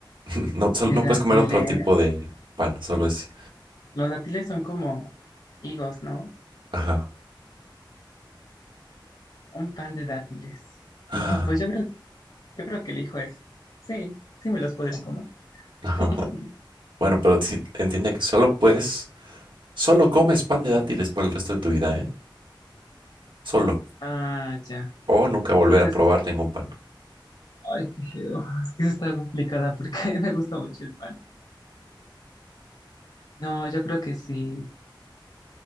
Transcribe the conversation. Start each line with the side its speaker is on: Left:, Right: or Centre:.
Right: <laughs> No, solo,
Left: De
Right: no
Left: dátiles.
Right: puedes comer otro tipo de pan, solo es...
Left: Los dátiles son como higos, ¿no?
Right: Ajá.
Left: Un pan de dátiles.
Right: Ah,
Left: No, pues yo creo, yo creo que elijo eso. Sí, sí me los podría comer.
Right: ajá.
Left: <laughs>
Right: Bueno, pero sí, entiende que solo puedes, solo comes pan de dátiles por el resto de tu vida, ¿eh? Solo.
Left: Ah, ya.
Right: O
Left: No,
Right: nunca
Left: entonces,
Right: volver a probar ningún pan.
Left: ay, qué feo. Es que eso está complicada porque <laughs> me gusta mucho el pan. No, yo creo que sí.